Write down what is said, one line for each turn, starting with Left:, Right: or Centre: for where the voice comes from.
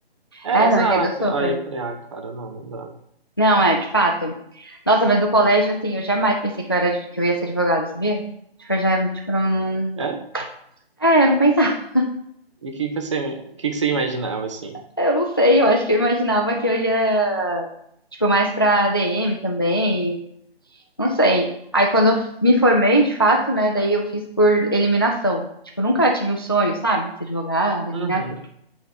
Right: É,
Left: É,
Right: exato.
Left: não, entendo super.
Right: Aí eu falei, ai, cara, não, não dá.
Left: Não, é, de fato. Nossa, mas no colégio, assim, eu jamais pensei que eu era, que eu ia ser advogada, sabia? Tipo, eu já, tipo, não, não...
Right: É?
Left: É, eu não pensava. <laughs>
Right: E o que que você, o que que você imaginava, assim?
Left: Eu não sei, eu acho que eu imaginava que eu ia tipo, mais pra DM também, não sei. Aí quando eu me formei, de fato, né, daí eu fiz por eliminação. Tipo, nunca tive o sonho, sabe, de ser advogada,
Right: Uhum,
Left: nem nada.